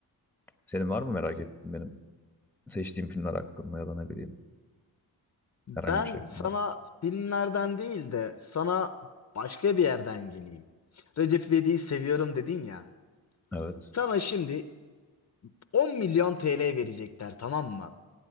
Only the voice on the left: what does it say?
Ben
sana filmlerden değil de sana başka bir yerden geleyim. Recep İvedik'i seviyorum dedin ya.
Sana şimdi 10 milyon TL verecekler tamam mı?